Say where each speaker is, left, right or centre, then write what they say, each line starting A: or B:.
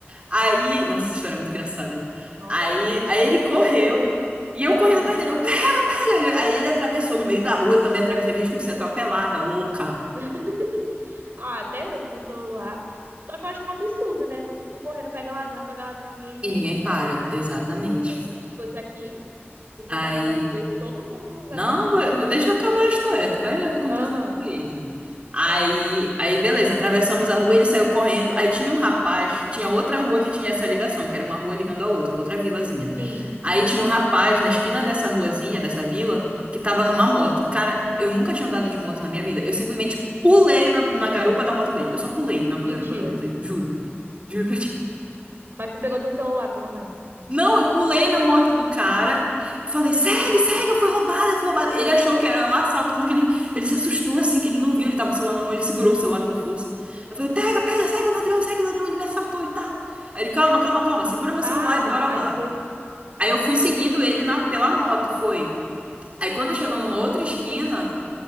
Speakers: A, on the right; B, on the right.
A: Aí, nossa, essa história é muito engraçada.
B: Nossa,
A: Aí,
B: gente.
A: aí ele correu. E eu
B: Aham.
A: correndo atrás dele, eu pega, pega. Ele- Aí ele atravessou no meio da rua, eu também atravessei o risco de ser atropelada, louca.
B: <laughs> Ah, até eu com meu celular. Só que eu acho um absurdo, né? Vo- Tu correndo, pega ladrão, pega ladrão, ninguém nem.
A: E ninguém para, exatamente.
B: Nossa, gente, se fosse aqui, tu gritar
A: Aí
B: um negócio desse, todo mundo vai
A: Não,
B: pra cima.
A: vou- vou- deixa eu acabar a história, tu vai ver o que aconteceu
B: Aham,
A: com ele. Aí,
B: conta.
A: aí beleza, atravessamos a rua, ele saiu correndo. Aí tinha um rapaz, tinha outra rua que tinha essa ligação, que era uma rua ligando a outra, uma outra vilazinha.
B: Sim,
A: Aí tinha um rapaz na esquina dessa ruazinha, dessa vila, que tava numa moto. Cara, eu nunca tinha andado de moto na minha vida. Eu simplesmente pulei na, na garupa da moto dele. Eu só pulei na garupa
B: mentira.
A: da moto dele, juro. Juro pra ti.
B: Mas tu pegou teu celular, pelo menos.
A: Não, eu pulei na moto do cara e falei: segue, segue, eu fui roubada, eu fui roubada. Ele achou que era um assalto, tanto que ele, ele se assustou assim, que ele não viu, ele tava com o celular na mão, ele segurou o celular com força. Eu falei: pega, pega, segue o ladrão, segue o ladrão, ele me assaltou e tal. Aí ele: calma, calma, calma, segura meu
B: Ah,
A: celular e
B: de-
A: bora
B: aí
A: lá.
B: depois.
A: Aí eu
B: Aí
A: fui
B: depois
A: seguindo
B: que ele viu.
A: ele na, pela moto, foi. Aí quando
B: Gente.
A: chegou numa outra esquina,